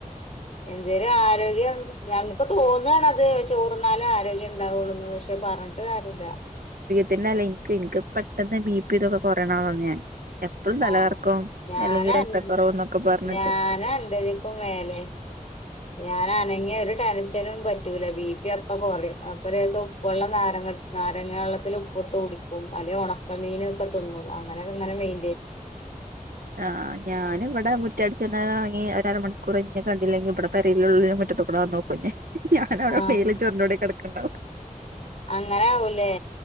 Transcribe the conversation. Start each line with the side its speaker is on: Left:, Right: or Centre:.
Left: എന്തേലും ആരോഗ്യം ഞമക്ക് തോന്നാണ ത് ചോറ്ന്നാലെ ആരോഗ്യണ്ടാവുള്ളൂന്ന് പഷെ പറഞ്ഞിട്ട് കാര്യല്ല
Right: പിന്നല്ല ഇൻക് ഇൻക്ക് പ്പെട്ടന്ന് ബി പി തൊക്കെ കൊറീണാള ഞാൻ എപ്പഴും തലകറക്കം
Left: ആ ഞാനൻ
Right: അല്ലെങ്കിൽ രക്തക്കുറവ് എന്നൊക്കെ പറഞ്ഞിട്ട്
Left: ഞാനൻപതിക്കു മേലെ ഞാന അനങ്ങിയ ഒരു ടെൻശനും പറ്റൂല ബി പി അപ്പ കൊറിം. അപ്പൊ ലേസം ഉപ്പുവള്ളം നാരങ്ങട്ട് നാരങ്ങ വള്ളത്തില് ഉപ്പ്ട്ട് കുടിക്കും. അല്ലെ ഒണക്കമീനൊക്കെ തിന്നും അങ്ങനെകങ്ങനെ മൈൻ
Right: ആ ഞാന് ഇവടെ മു <unintelligible> ഒര അര മണിക്കൂറെയ്ഞ് ന്നെ കണ്ടില്ലെങ്കി ഇബടെ പെരേലുള്ളാല് മുറിത്ത്ക്കൂടെ വന്നോക്കുന്നെ ഞാന് അവിടെ
Left: ആഹ്
Right: മേല് ചൊർഞ്ഞോണ്ട് കെടക്ണ്ടാവും
Left: അങ്ങനെ ആവുലേ